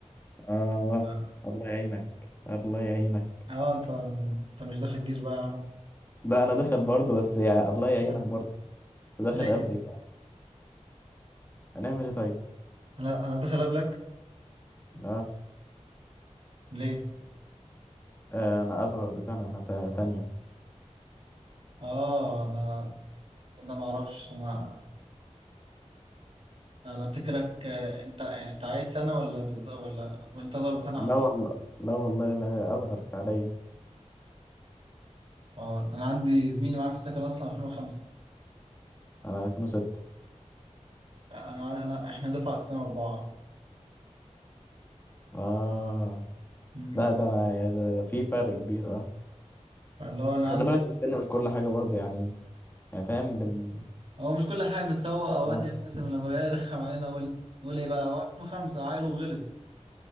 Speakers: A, on the left (about 20°); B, on the right (about 50°).
A: آه
B: اه
A: الله يعينك الله يعينك
B: اه، انت انت مش داخل الجيش بقى يا عم
A: لا أنا داخل برضه بس يا الله يعينك
B: أنت داخل
A: برضه أنت داخل
B: ليه كده
A: قبلي فهنعمل إيه طيب
B: انا انا داخل قبلك
A: آه.
B: ليه
A: آه أنا أصغر بسنة أنا تا- تانية
B: اه انا انا ما اعرفش انا انا افتكرك آه، انت انت عايز سنه ولا بالظبط ولا وانت اصغر بسنه
A: لا
B: حرفيا
A: والله لا والله أنا أصغر فعليا
B: اه انا عندي زميلي معايا في السكن اصلا 2005
A: أنا 2006
B: انا انا احنا دفعه 2004
A: آه
B: امم
A: لا ده أنا يا- ده ده في فرق كبير آه
B: اللي هو انا
A: بس خلي
B: عندي
A: بالك السن مش كل حاجة برضه يعني يعني فاهم بن
B: هو مش كل حاجه بس هو اوقات
A: آه
B: يعني مثلا لما يرخم علينا اقول نقول ايه بقى هو 2005 عيل وغلط